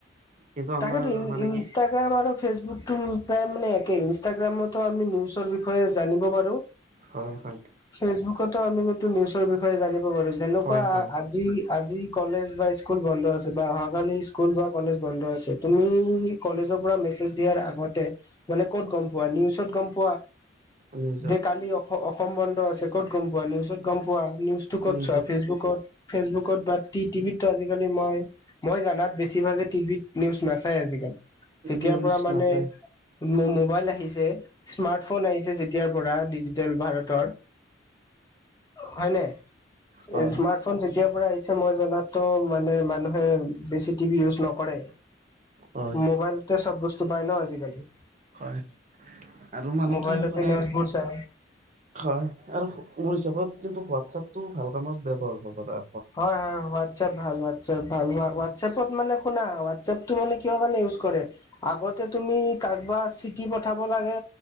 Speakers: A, on the right; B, on the left.
A: কিন্তু আমাৰ
B: তাকেতো ইন
A: মানে
B: ইনষ্টাগ্ৰাম
A: কি
B: আৰু ফেচবুক টো প্ৰায় মানে একে, ইঞ্চ গ্ৰামত আমি নিউজৰ বিষয়ে জানিব পাৰো,
A: হয় হয়
B: ফেচবুকত ত' আমি এইটো <unintelligible> বিষয়ে জানিব পাৰো, যেনেকুৱা
A: হয় হয় হয়
B: আজি- আজি এইবাৰ স্কুল বন্ধ আছে বা অহাকালি স্কুল বা কলেজ বন্ধ আছে, তুমি কলেজৰ পৰা মেছেজ দিয়াৰ আগতে মানে ক'ত গম পোৱা নিউজত গম পোৱা,
A: নিউজত
B: দে কালি অ অস সম্বন্ধ আছে ক'ত গম পোৱা নিউজত গম পোৱা নিউজটো ক'ত
A: নিউজত
B: চোৱা ফেচবুকত-ফেচবুকত বাত টি টিভিতো আজিকালি মই-মই জানাত বেছিভাগে টিভিত নিউজ নাচাই আজিকালি, যেতিয়াৰ
A: নিউজ
B: পৰা মানে
A: নাচাই
B: মো মোবাইল আহিছে, স্মাৰ্টফোন আহিছে যেতিয়াৰ পৰা ডিজিটেল ভাৰতৰ হয় নে,
A: হয়
B: এই স্মাৰ্ট ফোন যেতিয়াৰ পৰা আহিছে মই জনাত ত' মানে মানুহে বেছি টিভি ইউজ নকৰে,
A: হয়
B: মোবাইলতে চব বস্তু পায় ন আজিকালি।
A: হয় আৰু মানে
B: মোবাইলতে
A: কি মানে
B: নিউজবোৰ
A: আৰু
B: চাই।
A: হয় আৰু মোৰ হিচাপত কিন্তু হোৱাটছএপ টো ভাল কামত ব্যৱহাৰ হ'ব দা
B: হয় হয় হোৱাটছআপ ভাল এ ভাল হোৱাটএপত মানে শুনা হোৱাটএপ মানে কি কাৰে ইউজ কৰে আগতে তুমি কাৰবা চিটি পঠাব লাগে